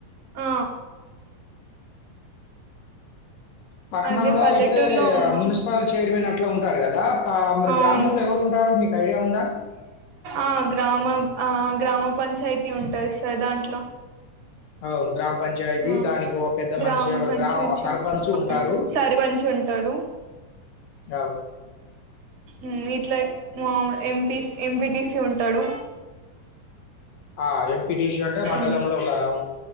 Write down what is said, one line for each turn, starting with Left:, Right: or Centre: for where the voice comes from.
Right: ఆ
Left: పట్నంలో
Right: అదే పల్లెటూరులో
Left: అయితే
Right: ఉన్నాం
Left: మున్సిపల్ చైర్మన్ అట్లా ఉంటారు కదా ప మరి
Right: అవును
Left: గ్రామంలో ఎవరు ఉంటారు మీకు ఐడియా ఉందా
Right: ఆ గ్రామ ఆ గ్రామ పంచాయతీ ఉంటుంది సార్ దాంట్లో
Left: అవ్ గ్రామ పంచాయతీ
Right: ఆ
Left: దానికి ఒక పెద్ద
Right: గ్రామ
Left: మనిషి ఒకరు
Right: పంచాయతీ
Left: గ్రామ సర్పంచ్ ఉంటారు
Right: ఆ సర్పంచ్ ఉంటాడు
Left: అవు
Right: ఉమ్ ఇట్లా మా ఎంపీ ఎంపీటిసి ఉంటాడు
Left: ఆ ఎం టిషి అంటే మండలంలో
Right: ఉమ్
Left: ఉంటారు అవును